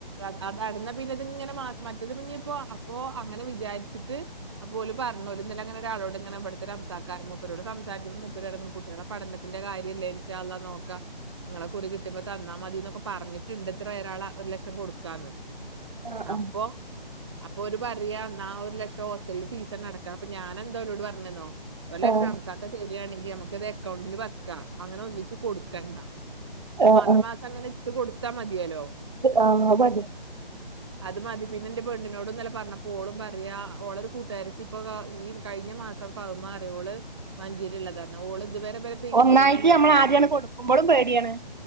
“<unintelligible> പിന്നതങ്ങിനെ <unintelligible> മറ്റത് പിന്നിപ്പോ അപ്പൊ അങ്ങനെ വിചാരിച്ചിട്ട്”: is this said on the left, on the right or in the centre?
Right